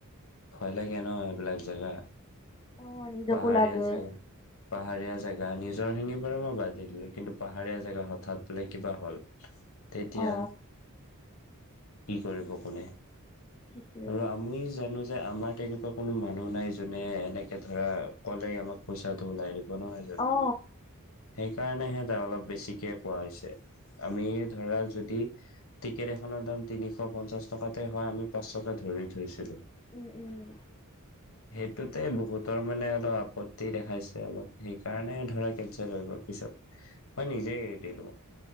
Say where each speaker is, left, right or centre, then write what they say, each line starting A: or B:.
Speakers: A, on the left; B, on the left.
A: ভয় লাগে ন সেইবিলাক জেগা।
B: অ নিজকো
A: পাহাৰীয়া
B: লাগে।
A: জেগা পাহাৰীয়া জেগা নিজৰ খিনিৰ বোৰ মই বাদেই দিলো, কিন্তু পাহাৰীয়া জেগা হঠাৎ বোলে কিবা হ'ল। তেতিয়া
B: অ
A: কি কৰিব কোনে।
B: সেইটোৱে
A: আৰু আমি জানো যে আমাৰ তেনেকুৱা কোনো মানুহ নাই যোনে এনেকে ধৰা কলেই আমাক পইচাটো ওলাই।
B: অ
A: সেইকাৰণেহে ত অলপ বেছিকে কোৱা হৈছে। আমি ধৰা যদি টিকেট এখনৰ দাম তিনিশ পঞ্চাশ টকাতে হয় আমি পাঁচশকে ধ ধৰি থৈছিলো।
B: উম, উম।
A: সেইটোতে বহুতৰ মানে অলপ আপত্তি দেখাইছে অলপ সেইকাৰণে ধৰা কেনচেল হৈ গল। পিছত মই নিজে এৰি দিলো,